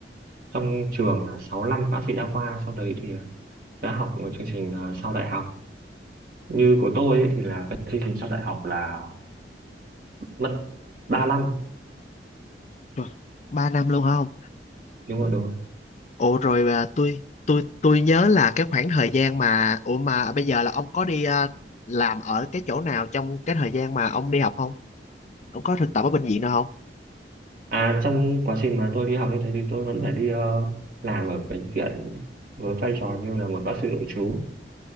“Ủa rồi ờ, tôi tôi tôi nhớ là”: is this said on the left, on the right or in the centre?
Left